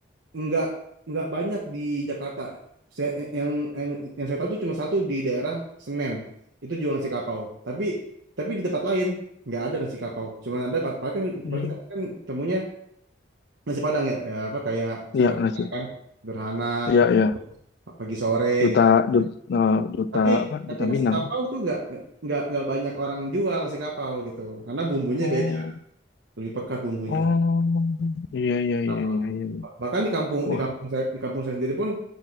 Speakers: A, on the right; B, on the left.
A: nggak nggak banyak di Jakarta. Saya, yang, yang yang saya tahu tuh cuma satu di daerah Senen. Itu jual nasi kapau. Tapi tapi di tempat lain nggak ada nasi kapau. Cuman ada pa- paling kan
B: Hmm.
A: paling kita kan temunya nasi Padang ya, ya apa kayak
B: Iya,
A: sederhana
B: lanjut.
A: kan, sederhana
B: Iya,
A: terus
B: iya.
A: pagi sore
B: duta
A: gitu.
B: duta, duta
A: Tapi
B: apa
A: tapi
B: duta
A: nasi
B: Minang
A: kapau tuh nggak nggak nggak banyak orang jual nasi kapau gitu. Karena bumbunya
B: oh
A: beda, lebih pekat bumbunya.
B: oh iya iya
A: Kapau.
B: iya iya iya
A: Bahkan di kampung
B: wah
A: di kampung saya di kampung saya sendiri pun